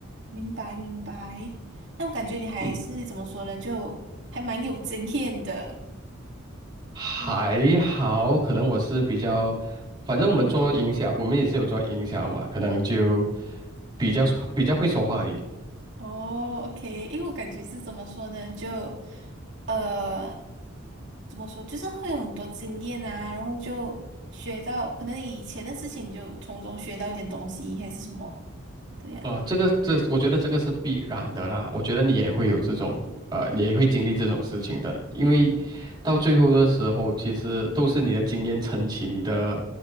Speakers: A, on the right; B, on the right.
A: 明白明白，那我感觉你还是怎么说呢，
B: 嗯。
A: 就还蛮有经验的。
B: 还好，
A: 嗯
B: 可能我是比较，反正我们做营销，我们也是有做营销嘛，可能就比较比较会说话而已。
A: 哦，OK，因为我感觉是怎么说呢，就呃，怎么说，就是会有很多经验啊，然后就学到可能以前的事情，就从中学到一点东西，还是什么，对呀、
B: 啊、这个这，我觉得这个是必然的啦。我觉得你也会有这种，
A: 嗯
B: 呃，你也会经历这种事情的，因为到最后的时候，其实都是你的经验撑起你的，